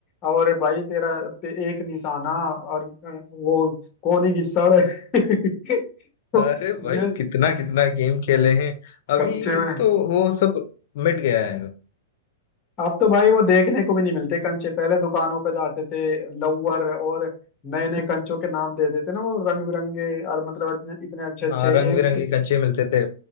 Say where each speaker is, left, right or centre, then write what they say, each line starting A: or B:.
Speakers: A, on the left; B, on the left.
A: और भाई तेरा ते- एक निशाना और वो कोनी घिसड़ <laughs> तो
B: अरे भाई
A: ये
B: कितना कितना गेम खेले हैं अभी
A: कंचे में
B: तो वो सब मिट गया है
A: अब तो भाई वो देखने को भी नहीं मिलते कंचे पहले दुकानों पे जाते थे लवर और नए नए कंचों के नाम देते थे ना वो रंग बिरंगे और मतलब इतने इतने अच्छे अच्छे
B: हाँ रंग
A: एक
B: बिरंगी कच्चे मिलते थे